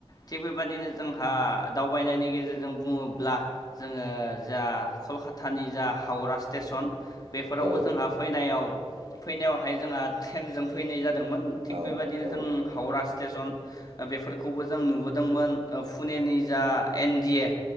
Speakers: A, on the left; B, on the right.
A: थिग बेबायदिनो जों हा दावबायनायनि गेजेरजों बुङोब्ला जोङो जा कलकातानि जा हावरा स्टेसन बेफोरावबो
B: औ
A: जोंहा फैनायाव फैनायावहाय जोंहा ट्रेनजों फैनाय जादोंमोन थिग
B: औ
A: बेबायदिनो
B: औ
A: जों हावरा सि स्टेसन ओ बेफोरखौबो जों नुबोदोंमोन ओ पुनेनि जा एन डि ए